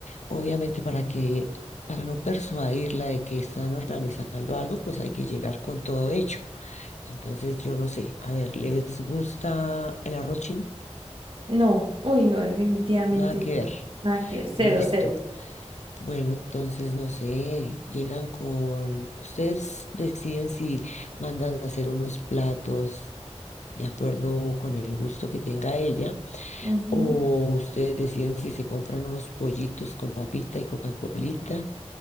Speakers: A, on the left; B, on the right.
A: obviamente para que, para no persuadirla de que están organizando algo, pues hay que llegar con todo hecho. Entonces, yo no sé, a ver, ¿les gusta el arroz chino?
B: No, uy, no, definitivamente
A: Nada que
B: no.
A: ver.
B: Nada que ver, cero,
A: Listo.
B: cero.
A: Bueno, entonces no sé, llegan con, ustedes deciden si mandan a hacer unos platos de acuerdo con el gusto que tenga ella,
B: Ujú.
A: o ustedes deciden si se compran unos pollitos con papita y Coca-Colita.